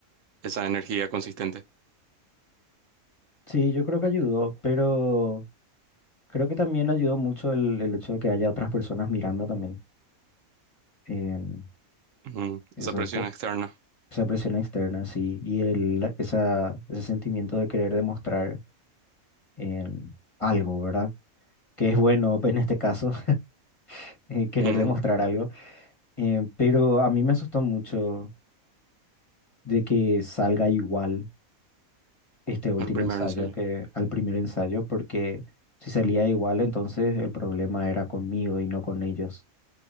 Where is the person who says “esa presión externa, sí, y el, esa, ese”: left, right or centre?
Left